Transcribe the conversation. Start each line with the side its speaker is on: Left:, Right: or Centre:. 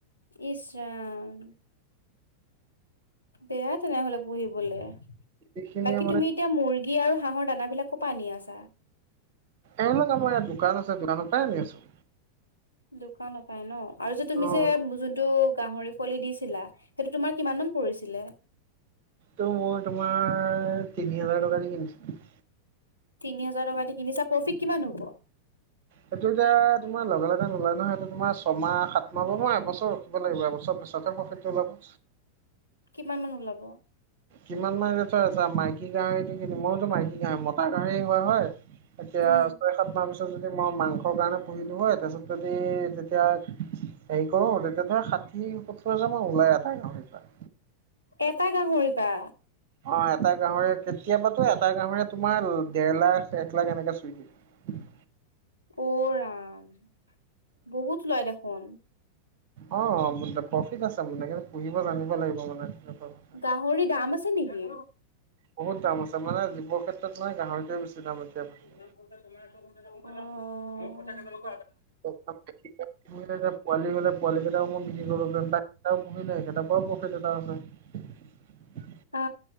Left: ইছৰাম। বেয়া তেনেহলে পুহিবলে।
Right: এইখিনিয়ে
Left: বাকী
Right: মানে
Left: তুমি এতিয়া মুৰ্গী- ৰ্গী আৰু হাঁহৰ দানাবিলাকো পানী আছ-
Right: এ, লক আমাৰ ইয়াত দোকান আছে দোকানৰ পৰা আনি আছো।
Left: দোকান ৰ পৰাই ন আৰু যে তুমি
Right: অ'
Left: যে যোনটো গাহৰি পোৱালি দিছ- ছিলা সেইটো তোমাৰ কিমানান পৰিছিলে?
Right: তটো মই তোমাৰ তিনি হাজাৰ টকা দি কিনিছিলো।
Left: তিনি হাজাৰ টকা দি কিনিছা, প্ৰফিট কিমান হ'ব?
Right: সেইটো এতিয়া তোমাৰ লগে লগে নোলয় নহয়। সটো তোমাৰ ছয়মাহ সাত মাহ ব নয় এবছৰ ৰখিব লাগিব। এবছৰ পিছত হে প্ৰফিটটো ওলাব।
Left: কিমান মান ওলাব?
Right: কিমান মানৰে থয় আছা মাইকী গাহৰিতটো কিনিম ময়োতো মাইকী গাহৰি মতা গাহৰি হোৱা হয়। এতিয়া
Left: উম,
Right: ছয় সাত মাহ পিছ- যদি মই মাংসৰ কাৰণে পুহিলো হয় তাৰপিছত যদি তেতিয়া হেৰি কৰো তেতিয়া সাত- ঠি ওঁঠৰ হেজাৰ মান ওলাই এটা গাহৰিৰ।
Left: এটা গাহৰি পা।
Right: অ, এটা গাহৰিৰ কেতিয়াবাতো এটা গাহৰি তোমাৰ দেৰ লাখ এক লাখ এনেককাে চুই দিয়ে। <inaudible>
Left: অ, ৰাম। বহুত ওলাই দেখোন।
Right: অ, অ প্ৰফিত আছে মানে কিন্তু পুহিব জানিব লাগিব মানে। কথা
Left: গাহৰি দাম আছে নেকি?
Right: বহুত দাম আছে মানে জীৱৰ ক্ষেত্ৰত মান গাহৰি তো এ বেছি। দাম এতিয়া
Left: অ অ
Right: পোৱালি হ'লে। পোৱালী কেইটাও মই বিক্ৰী কৰিব পাৰিম তেনেইটাও পুহি নাই কেইটাৰ পৰাও প্ৰফিট এটা আছে।
Left: অ